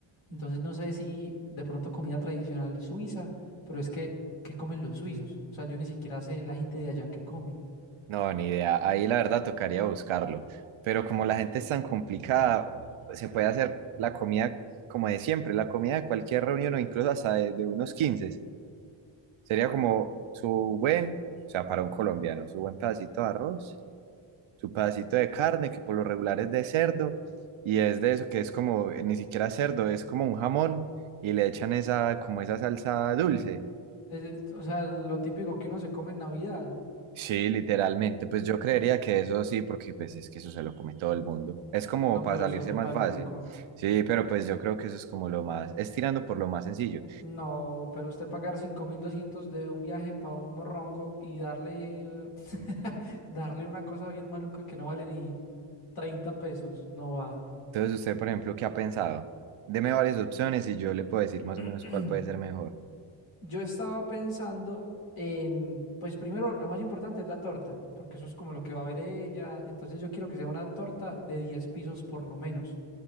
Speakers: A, on the left (about 80°); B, on the right (about 75°).
A: Entonces no sé si de pronto comida tradicional suiza, pero es que, ¿qué comen los suizos? O sea, yo ni siquiera sé la gente de allá qué come.
B: No, ni idea. Ahí la verdad tocaría buscarlo. Pero como la gente es tan complicada, se puede hacer la comida como de siempre, la comida de cualquier reunión o incluso hasta de, de unos quince Sería como su buen, o sea, para un colombiano, su buen pedacito de arroz, su pedacito de carne, que por lo regular es de cerdo, y es de eso que es como, eh, ni siquiera cerdo, es como un jamón, y le echan esa, como esa salsa dulce.
A: Es- o sea, lo típico que uno se come en Navidad.
B: Sí, literalmente, pues yo creería que eso sí, porque pues es que eso se lo come todo el mundo. Es como
A: No,
B: para
A: pero
B: salirse
A: eso es muy
B: más
A: maluco.
B: fácil. Sí, pero pues yo creo que eso es como lo más, es tirando por lo más sencillo.
A: No, pero usted pagar 5.200 de un viaje para un morrongo y darle, <laughs> darle una cosa bien maluca que no vale ni 30 pesos, no va.
B: Entonces, usted, por ejemplo, ¿qué ha pensado? Deme varias opciones y yo le puedo decir más
A: <clears throat>
B: o menos cuál puede ser mejor.
A: Yo estaba pensando en, pues primero, lo más importante es la torta, porque eso es como lo que va a ver ella. Entonces yo quiero que sea una torta de 10 pisos por lo menos.